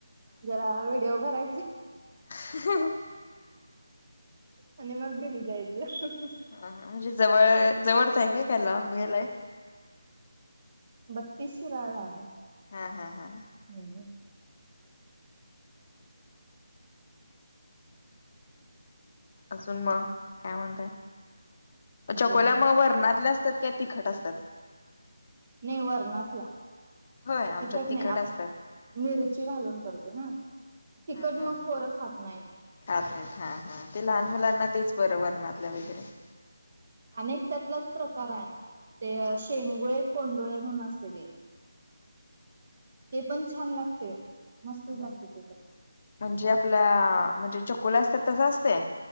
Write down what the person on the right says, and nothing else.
जरा व्हिडिओ करायचे.
आणि मग घरी जायचं.
बत्तीस शिराळे आले.
हम्
अजून
नाही वर्णातल्या
तिकट
नाही, आप
मिरची घालून करतो ना. तिकट
मग पोरं खात नाही.
आणि एक त्यातलाच प्रकार आहे, ते
अं शेंगोळे, कोंडोळे म्हणून असते ते. ते पण छान लागते, मस्त
लागते ते पण.